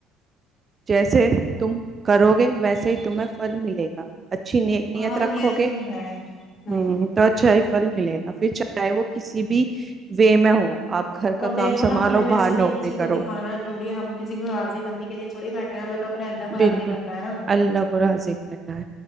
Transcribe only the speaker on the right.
جیسے تم کرو گے ویسے ہی تمہیں فھل ملے گا اچھی ن نیت
رکھو
گے
تو اچھا پھل ملے گا پھر چاہے وہ کسی بھی وے میں ہو آپ گھر کا
کام
سنبھالو
باہر
نوکری
کرو
بالکل
اللہ کو راضی کرنا ہے